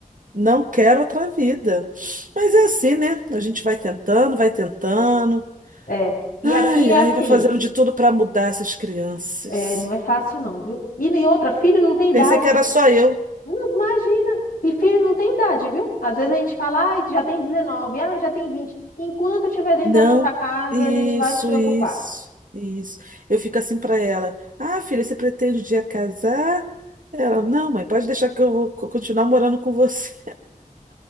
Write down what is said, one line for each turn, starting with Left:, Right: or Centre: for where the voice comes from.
Right: Não quero outra vida. Mas é assim, né? A gente vai tentando, vai tentando.
Left: É. E
Right: Ai,
Left: aqui é
Right: ai,
Left: assim,
Right: vai fazendo de tudo para mudar essas crianças.
Left: é, não é fácil não, viu? E nem outra, filho não tem idade.
Right: Pensei que era só eu.
Left: Hum, imagina. E filho não tem idade, viu? Às vezes a gente fala, ai, já tem 19, ah, já tem 20. Enquanto estiver dentro
Right: Não.
Left: da nossa casa,
Right: Isso,
Left: a gente vai se preocupar.
Right: isso, isso. Eu fico assim para ela. Ah, filha, você pretende um dia casar? Ela, não, mãe, pode deixar que eu vou co- continuar morando com você.